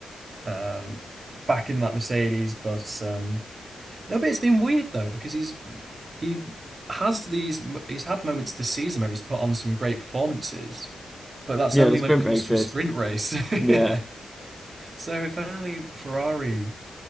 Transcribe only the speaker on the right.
um, back in that Mercedes, but um, no, but it's been weird though because he's he has these he's had moments this season where he's put on some great performances, but that's
only
when it comes
to a sprint race. <laughs>
Yeah. So if only Ferrari